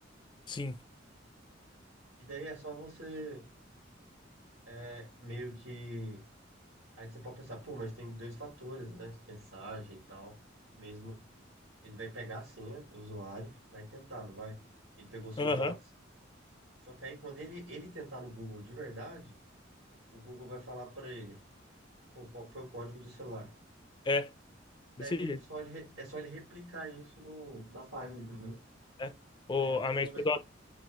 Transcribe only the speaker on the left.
Sim.
Aham.
É,
desse jeito.
é. O,
a minha esposa